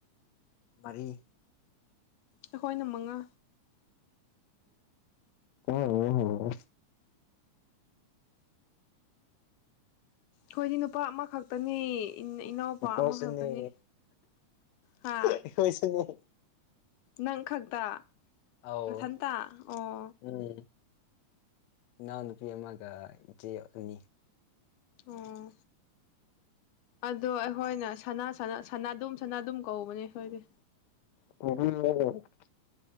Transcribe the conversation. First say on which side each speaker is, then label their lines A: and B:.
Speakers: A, on the left (about 70°); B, on the left (about 85°).
A: ꯃꯔꯤ
B: ꯑꯩꯈꯣꯏꯅ ꯃꯉꯥ
A: ꯑꯣ ꯑꯣ ꯑꯣ
B: ꯈꯣꯏꯗꯤ ꯅꯨꯄꯥ ꯑꯃꯈꯛꯇꯅꯤ ꯏꯅꯥꯎꯄꯥ
A: ꯑꯩꯈꯣꯏꯁꯨꯅꯦ
B: ꯑꯃꯈꯛꯇꯅꯤ ꯍꯥ
A: ꯑꯩꯈꯣꯏꯁꯨꯅꯦ
B: ꯅꯪ ꯈꯛꯇ
A: ꯑꯧ
B: ꯅꯊꯟꯇ ꯑꯣ
A: ꯎꯝ ꯏꯅꯥꯎꯅꯨꯄꯤ ꯑꯃꯒ ꯏꯆꯦ ꯑꯅꯤ
B: ꯑꯣ ꯑꯗꯣ ꯑꯩꯈꯣꯏꯅ ꯁꯅꯥ ꯁꯅꯥ ꯑꯗꯨꯝ ꯁꯅꯥ ꯑꯗꯨꯝ ꯀꯧꯕꯅꯦ ꯑꯩꯈꯣꯏꯗꯤ
A: ꯑꯣ ꯎ